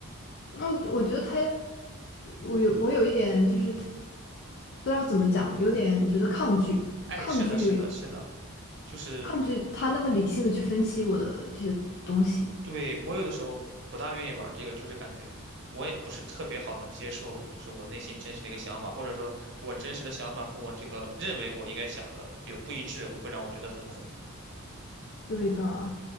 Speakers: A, on the left; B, on the right.
A: 嗯我觉得他，我有我有一点就是不知道怎么讲，有点觉得抗拒，
B: 哎，
A: 抗拒，
B: 是的，是的，是的，就是
A: 抗拒他那么理性的去分析我的这些东西。
B: 对我有的时候不大愿意玩这个，就是感觉我也不是特别好能接受，就是我内心真实的一个想法，或者说我真实的想法跟我这个认为我应该想的有不一致，会让我觉得很恐怖。
A: 对的。